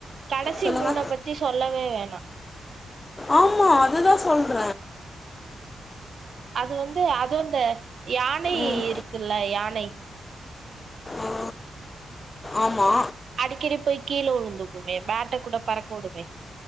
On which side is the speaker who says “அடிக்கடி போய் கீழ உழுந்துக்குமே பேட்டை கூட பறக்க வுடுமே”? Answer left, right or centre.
Right